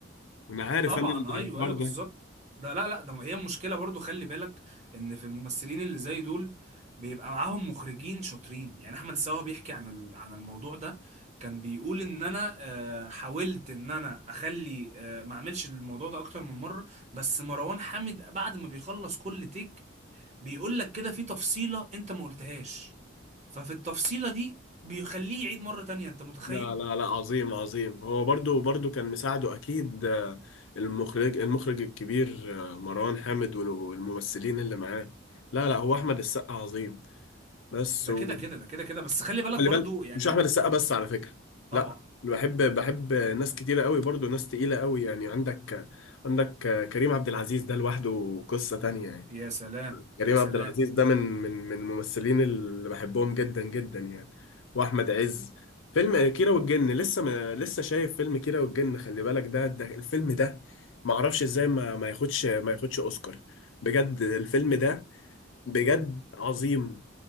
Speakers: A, on the left; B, on the right.
A: انا عارف
B: طبعا
A: انا الحوار
B: ايوه ايوه
A: ده
B: بالظبط ده لا لا ده هي المشكله برضو خلي بالك ان في الممثلين اللي زي دول بيبقى معاهم مخرجين شاطرين يعني احمد السقا بيحكي عن ال- عن الموضوع ده كان بيقول ان انا آه، حاولت ان انا اخلي آه، ما اعملش الموضوع ده اكتر من مره بس مروان حامد بعد ما بيخلص كل تيك بيقول لك كده في تفصيله انت ما قلتهاش ففي التفصيله دي بيخليه يعيد مره تانية انت متخيل
A: لا لا لا عظيم عظيم هو برضو برضو كان مساعده اكيد آه، المخرج المخرج الكبير آه، مروان حامد والممثلين اللي معاه لا لا هو احمد السقا عظيم بس
B: ده
A: و...
B: كده كده ده كده كده بس خلي بالك
A: وخلي
B: برضو
A: بالك
B: يعني
A: مش احمد السقا بس على فكره
B: طبعا
A: لا بحب بحب ناس كتيره قوي برضو ناس تقيله قوي يعني عندك عندك كريم عبد العزيز ده لوحده قصه تانية يعني
B: يا سلام
A: كريم
B: يا سلام
A: عبد العزيز ده من من من الممثلين اللي بحبهم جدا جدا يعني واحمد عز فيلم كيرة والجن لسه ما لسه شايف فيلم كيرة والجن خلي بالك ده, ده الفيلم ده ما اعرفش ازاي ما ما ياخدش ما ياخدش اوسكار بجد الفيلم ده بجد عظيم